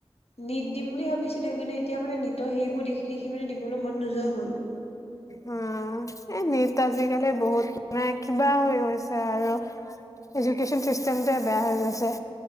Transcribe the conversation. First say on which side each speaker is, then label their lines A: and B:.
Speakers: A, on the left; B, on the left.
A: নিট দিম বুলি ভাবিছিলো কিন্তু এতিয়া মানে নিটৰ সেইবোৰ দেখি দেখি মানে দিবলৈ মন নোযোৱা হ'ল।
B: উম। এ নিট আজিকালি বহুত মানে কিবা হৈ গৈছে আৰু। এডুকেশন চিষ্টেমটোৱে বেয়া হৈ গৈছে।